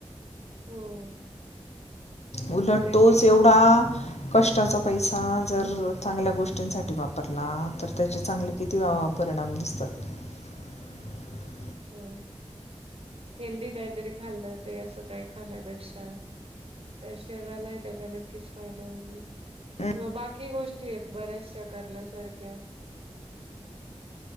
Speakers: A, on the right (about 60°); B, on the left (about 80°).
A: हम्म
B: उलट तोच एवढा कष्टाचा पैसा जर चांगल्या गोष्टींसाठी वापरला तर त्याचे चांगले किती वा परिणाम दिसतात. <unintelligible>
A: हम्म हेल्दी काहीतरी खाल्लं ते असं काही खाण्यापेक्षा तर शरीरालाही त्याचा नक्कीच फायदा होईल ना,
B: हम्म,
A: किंवा बाकी गोष्टी आहेत बऱ्याच शा करण्यासारख्या,